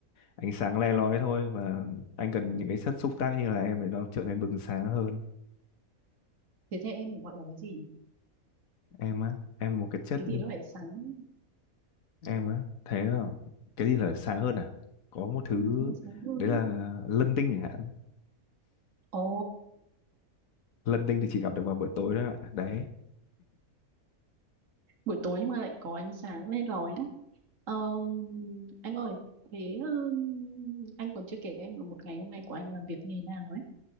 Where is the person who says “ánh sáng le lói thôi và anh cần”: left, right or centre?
Left